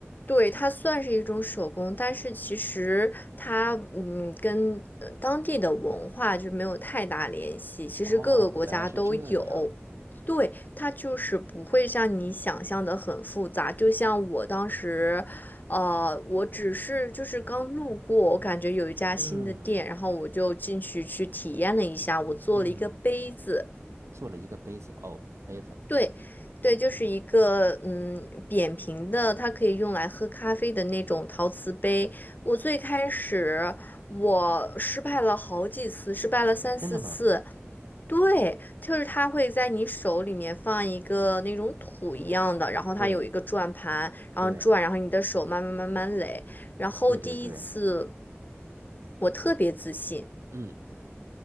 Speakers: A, on the left; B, on the right.
A: 对，它算是一种手工，但是其实它嗯跟呃当地的文化就没有太大联系。其实各个国家都有，
B: 哦，原来是这样。
A: 对，它就是不会像你想象的很复杂。就像我当时，呃，我只是就是刚路过，我感觉有一家新的店，
B: 嗯
A: 然后我就进去去体验了一下，我做了一个杯子。
B: 嗯。做了一个杯子哦，杯子，
A: 对，
B: 嗯，
A: 对，就是一个嗯扁平的，它可以用来喝咖啡的那种陶瓷杯。我最开始我失败了好几次，失败了三四次。
B: 真的吗？
A: 对，就是它会在你手里面放一个那种土一样的，然后它有一个转盘，
B: 对
A: 然后转，
B: 对
A: 然后你的手慢慢慢慢垒。然后第一次
B: 对对对，
A: 我特别自信，
B: 嗯